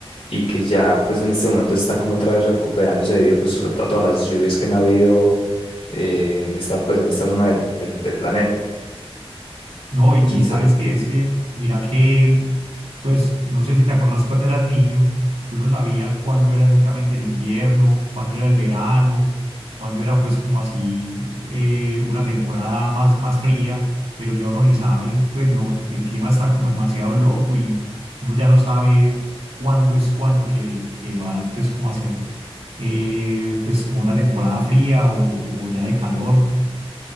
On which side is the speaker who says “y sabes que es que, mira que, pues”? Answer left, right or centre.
Right